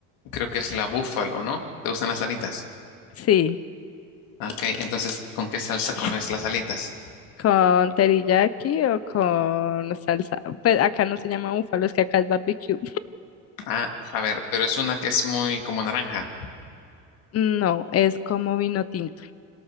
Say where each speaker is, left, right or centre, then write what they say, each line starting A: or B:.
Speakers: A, on the left; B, on the left.
A: creo que es la búfalo, ¿no? ¿Te gustan las alitas?
B: Sí.
A: Ah, Ok, entonces, ¿con qué salsa comes las alitas?
B: ¿Con teriyaki o con salsa? Pues acá no se llama búfalo, es que acá es barbecue.
A: Ah, a ver, pero es una que es muy como naranja,
B: Mm, No, es como vino tinto.